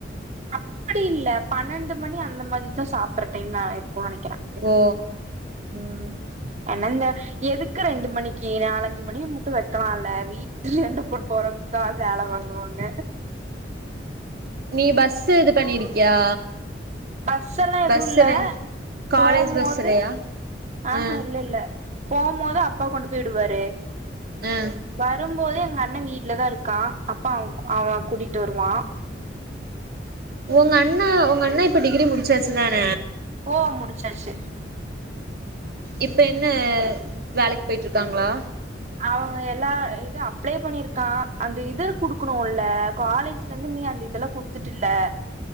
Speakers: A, on the right; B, on the right.
A: அப்படி இல்ல பனண்டு மணி அந்த மாரிதா சாப்பற டைம் நா இருக்கூ நனைக்கிற
B: ஓ
A: ம் அனந்த எதுக்கு ரெண்டு மணிக்கி நாலஞ்சு மணி முட்டு வெட்டலால வீட்ல என்ன போட் போற தா வேல வாங்குவாங்க
B: நீ பஸ் இது பண்ணிருக்கியா
A: பஸ்ஸெல்லா எதுவு
B: பஸ்ஸுல
A: இல்ல போமோது
B: காலேஜ் பஸ்ஸுலயா
A: ஆஹா
B: ஆ
A: இல்ல இல்ல போம்போது அப்பா கொண்டு போயி வுடுவாரு
B: ஆ
A: வரும்போது எங்க அண வீட்லதா இருக்கா அப்பா அவங் அவ கூட்டிட்டு வருவா
B: உங்க அண்ணே உங்க அண்ணே இப்ப டிகிரி முடிச்சாச்சு தான
A: ஓ முடிச்சாச்சு
B: இப்ப என்ன வேலைக்கு போயிட்ருக்காங்களா
A: அவங்க எல்லா இது அப்ளே பண்ணிருக்கா அந்த இது குடுக்கணுல காலேஜ்ல இருந்து நீ அந்த இதுல குடுத்துட்டுல